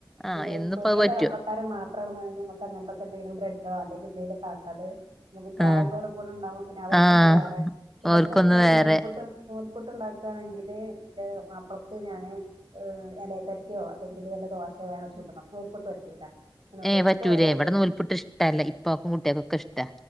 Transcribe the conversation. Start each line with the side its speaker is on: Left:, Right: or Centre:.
Centre: ആഹ്
Right: പുതിയ
Centre: ഇന്നിപ്പോ
Right: പുതിയ
Centre: അത് പറ്റും
Right: തലമുറക്കാർ മാത്രം എത്ര നമക്ക് അങ്ങനത്തെക്കെ എന്തെിലും ബ്രെഡോ അല്ലെങ്ക എന്തെങ്കിലും കക്കാെ നമുക്ക് പ്രായമുള്ളവും
Centre: ആഹ്
Right: കൂടെ ഉണ്ടാവകും പിന്നെ അവർക്കൊന്ന്
Centre: ആഹ്
Right: വേറെ ഇവിടെത്തന്നെ
Centre: ഓർക്കൊന്ന്
Right: ഞാൻ
Centre: വേറെ
Right: നൂൽപുട്ട് പുട്ടുണ്ടാക്കാണെങ്കിൽ <unintelligible> ൻ്റെ മപ്പളക്ക് ഞാന് ഇലയെപെരട്ടിയോ അതെങ്കില് വല്ല ദോശോ വേറെചുടണം നൂ ഇപ്പ പറ്റൂല അങ്ങനെ ഓരോരുത്തർക്കും
Centre: ഏ് പറ്റൂലേ
Right: ഓരോ
Centre: ഇവടെ
Right: ചുടും.
Centre: നൂൽപ്പുട്ട് ഇഷ്ട ല്ല ഇപ്പാക്കും കുട്ടികക്കെ ഇഷ്ടാ